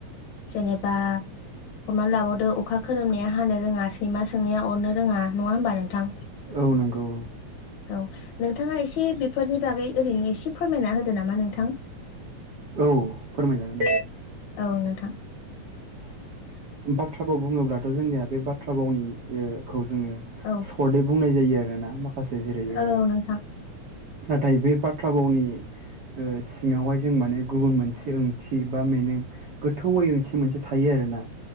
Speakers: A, on the left (about 70°); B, on the right (about 80°).
A: जेनेबा हमनानै लाबावदो अखा खोरोमनाया हानो रोङा सैमा सोंनाया अरनो रोङा नङा होनबा नोंथां।
B: औ नोंगौ औ।
A: औ नोंथाङा एसे बेफोरनि बागै ओरैनो एसे फोरमायना होदो नामा नोंथां।
B: औ फोरमायजागोन।
A: औ नोंथां
B: बाथ्रा बाव बुङोब्लाथ' जोंनिया बे बाथ्रा बावनिखौ ओंथिखौ जोङो
A: औ
B: सर्टयै बुंनाय जायो आरोना माखासे जेरै
A: औ
B: ओ।
A: नोंथां
B: नाथाय बे बाथ्रा फावनि ओ सिङावहाय। जों माने गुबुन मोनसे ओंथि बा मेनिं गोथौ ओंथि मोनसे थायो आरोना।